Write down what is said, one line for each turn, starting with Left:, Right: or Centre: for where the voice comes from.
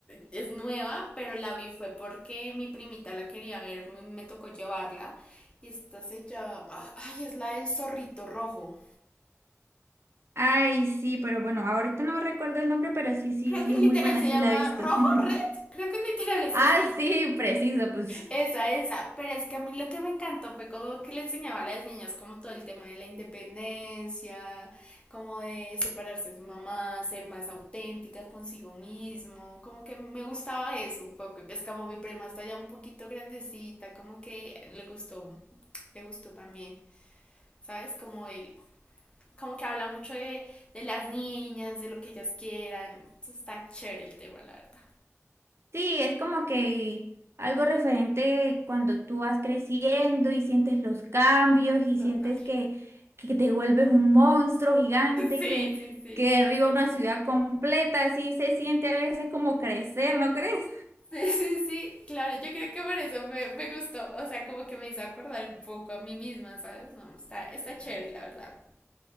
Left: es nueva, pero la vi fue porque mi primita la quería ver, me tocó llevarla y esta se llama, ay, es la del zorrito rojo.
Right: Ay, sí, pero bueno, ahorita no me recuerdo el nombre, pero sí, sí,
Left: Creo
Right: sí,
Left: que literal
Right: es muy buena,
Left: se llama
Right: sí la he visto.
Left: Rojo
Right: <laughs>
Left: Red, creo que literal es
Right: Ah,
Left: así.
Right: sí, preciso, pues
Left: Esa, esa. Pero es que a mí lo que me encantó fue como que le enseñaba a las niñas como todo el tema de la independencia, como de separarse de su mamá, ser más auténtica consigo mismo. Como que me gustaba eso un poco. Y pues como mi prima está ya un poquito grandecita, como que le gustó, le gustó también. ¿Sabes? Como el, como que habla mucho de, de las niñas, de lo que ellas quieran. Entonces está chévere el tema, la verdad.
Right: sí, es como que algo referente cuando tú vas creciendo y sientes los cambios y
Left: Total.
Right: sientes que,
Left: <laughs>
Right: que te vuelves un monstruo gigante
Left: Sí,
Right: que,
Left: sí, sí.
Right: que derriba una ciudad completa, así se siente a veces como crecer, ¿no crees?
Left: Sí, sí, sí, claro, yo creo que por eso me, me gustó, o sea, como que me hizo acordar un poco a mí misma, ¿sabes? No, está, está chévere, la verdad,